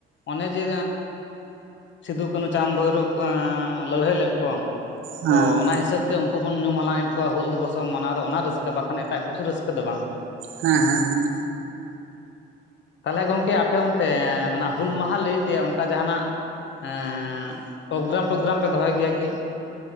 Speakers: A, on the left; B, on the right.
A: ᱚᱱᱮ ᱡᱮ ᱥᱤᱫᱩ ᱠᱟᱹᱱᱩ ᱪᱟᱸᱫᱽ ᱵᱷᱟᱭᱨᱚ ᱞᱟᱹᱲᱦᱟᱹᱭ ᱞᱮᱫ ᱠᱚ
B: ᱦᱮᱸ
A: ᱛᱚ ᱚᱱᱟ ᱦᱤᱥᱟᱹᱵᱽ ᱛᱮ ᱩᱱᱠᱩ ᱩᱱᱵᱚᱱ ᱧᱩᱢ ᱦᱟᱞᱟᱝ ᱮᱫ ᱠᱚᱣᱟ ᱦᱩᱞ ᱫᱤᱵᱚᱥ ᱵᱚᱱ ᱢᱟᱱᱟᱣᱫᱟ ᱚᱱᱟ ᱨᱟᱹᱥᱠᱟᱹ ᱵᱟᱠᱷᱟᱱ ᱮᱴᱟᱜ ᱠᱤᱪᱷᱩ ᱨᱟᱹᱥᱠᱟᱹ ᱫᱚ ᱵᱟᱝ᱾
B: ᱦᱮᱸ ᱦᱮᱸ ᱦᱮᱸ
A: ᱛᱟᱦᱚᱞᱮ ᱜᱚᱝᱠᱮ ᱟᱯᱮ ᱚᱱᱛᱮ ᱦᱩᱞ ᱢᱟᱦᱟ ᱞᱟᱹᱭᱛᱮ ᱚᱱᱠᱟ ᱡᱟᱦᱟᱱᱟᱜ ᱦᱮᱸ ᱯᱨᱳᱜᱽᱨᱟᱢ ᱴᱳᱜᱽᱨᱟᱢ ᱯᱮ ᱫᱚᱦᱚᱭ ᱜᱮᱭᱟ ᱠᱤ